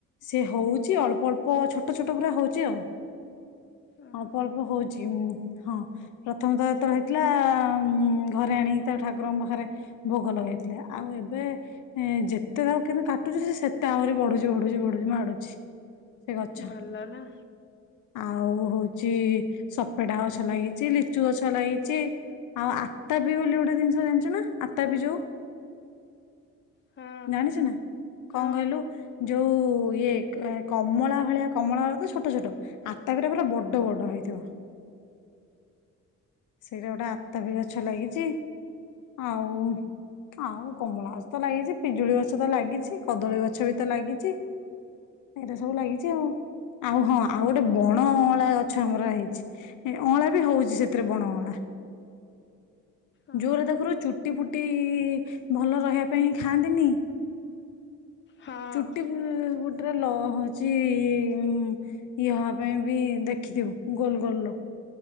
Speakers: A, on the left; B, on the left.
A: ସେ ହଉଛି ଅଳ୍ପ ଅଳ୍ପ ଛୋଟ ଛୋଟ ପୁରା ହଉଛି ଆଉ
B: ଓହୋ
A: ଅଳ୍ପ ଅଳ୍ପ ହଉଚି ଉଁ ହଁ ପ୍ରଥମତ ଳେ ହେଇଥିଲା ଉ ଘରେ ଆଣିକି ତାକୁ ଠାକୁରଙ୍କ ପାଖରେ ଭୋଗ ଲଗେଇଥିଲେ ଆଉ ଏବେ ଯେତେ ତାକୁ କିନ୍ତୁ କାଟୁଛୁ ସେତେ ଆହୁରି ବଢୁଛି ବଢୁଛି ବଢୁଛି ମାଡୁଛି ସେ ଗଛ
B: ଭଲଲ ନା
A: ଆଉ ହଉଛି ସପେଟା ଗଛ ଲାଗିଛି ଲିଚୁ ଗଛ ଛ ଲାଗିଛି ଆଉ ଆତାପି ବୋଲି ଗୋଟେ ଜିନିଷ ଜାଣିଛୁ ନା ଆତାପି ଯୋଉ
B: ହଁ
A: ଜାଣିଛୁ ନା
B: ହଁ
A: କଣ କହିଲୁ ଯୋଉ ଇଏ କମଳା ଭଳିଆ କମଳା ତ ଛୋଟ ଛୋଟ ଆତାପି ଟା ପୁରା ବଡ ବଡ ହେଇଥିବ ସେଇଟା ଗୋଟେ ଆତାପି ଗଛ ଲାଗିଛି ଆଉ ଆଉ କମଳା ଗଛ ତ ଲାଗିଛି ପିଜୁଳି ଗଛ ତ ଲାଗିଛି କଦଳୀ ଗଛ ବି ତ ଲାଗିଛି ଏଇଟା ସବୁ ଲାଗିଛି ଚି ଆଉ ଆଉ ହଁ ଆଉ ଗୋଟେ ବଣ ଅଁଳା ଗଛ ଆମର ହେଇଛି ଅଁଳା ବି ହଉଛି ସେ ଥିରେ ବଣ ଅଁଳା
B: ଓହୋ
A: ଜୋରେ ତାଖରୁ ଚୁ ଟି ଫୁଟି ଭଲ ରହିବା ପାଇଁ ଖାଆନ୍ତିନି
B: ହଁ
A: ଚୁଟି ଫୁ ଗୋ ଟ ରେ ଲ ହଉଚି ୟ ହ <unintelligible> ପାଇଁ ବି ଦେଖିଥିବୁ ଗୋଲ ଗୋଲ